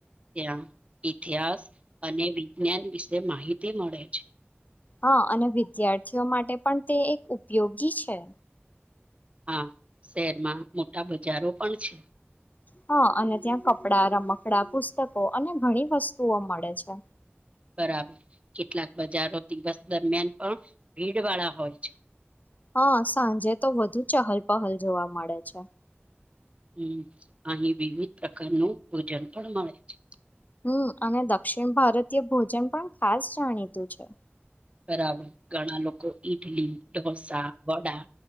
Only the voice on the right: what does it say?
ત્યાં ઇતિહાસ અને વિજ્ઞાન વિશે માહિતી મળે છે.
હા શહેરમાં મોટા બજારો પણ છે.
બરાબર કેટલાક બજારો દિવસ દરમિયાન પણ ભીડ વાળા હોય છે.
હમ અહીં વિવિધ પ્રકારનું ભોજન પણ મળે છે.
બરાબર ઘણા લોકો ઈડલી ઢોસા વડા.